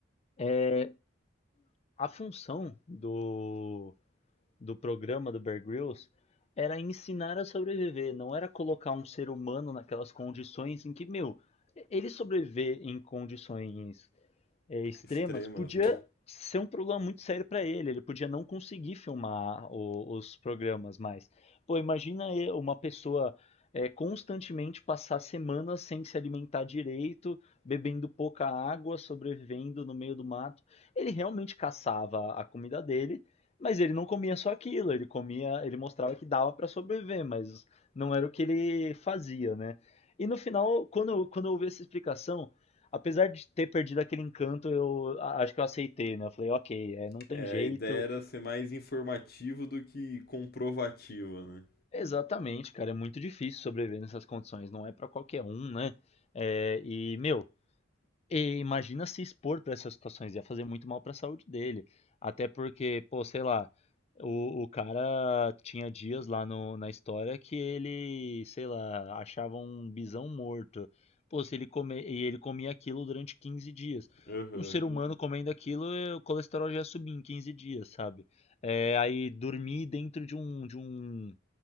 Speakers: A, on the left (about 35°); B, on the left (about 55°).
A: é, a função do, do programa do Bear Grylls era ensinar a sobreviver, não era colocar um ser humano naquelas condições em que, meu, ele sobreviver em condições é, extremas,
B: Extremas,
A: podia
B: né?
A: ser um problema muito sério para ele. Ele podia não conseguir filmar o- os programas mais. Pô, imagina e- uma pessoa é, constantemente passar semanas sem se alimentar direito, bebendo pouca água, sobrevivendo no meio do mato. Ele realmente caçava a comida dele, mas ele não comia só aquilo. Ele comia, ele mostrava que dava para sobreviver, mas não era o que ele fazia, né? E no final, quando, eu- quando eu ouvi essa explicação, Apesar de ter perdido aquele encanto, eu a- acho que eu aceitei, né? Eu falei, ok, é, não tem
B: É,
A: jeito.
B: a ideia era ser mais informativo do que comprovativa, né?
A: Exatamente, cara, é muito difícil sobreviver nessas condições, não é pra qualquer um, né? É, e, meu, E imagina se expor para essas situações, ia fazer muito mal para a saúde dele. Até porque, pô, sei lá, o, o cara tinha dias lá no- na história que ele, sei lá, achava um bisão morto. Pô, se ele comer, e ele comia aquilo durante 15 dias.
B: Aham.
A: Um ser humano comendo aquilo, eh, o colesterol já ia subir em 15 dias, sabe? É, aí dormir dentro de um, de um